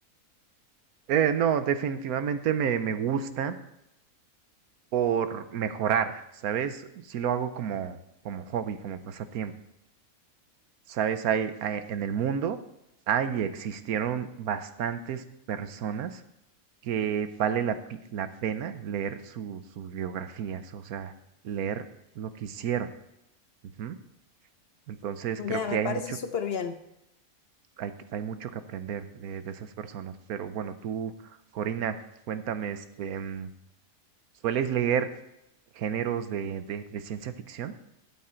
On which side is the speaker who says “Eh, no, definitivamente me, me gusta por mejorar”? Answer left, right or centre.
Right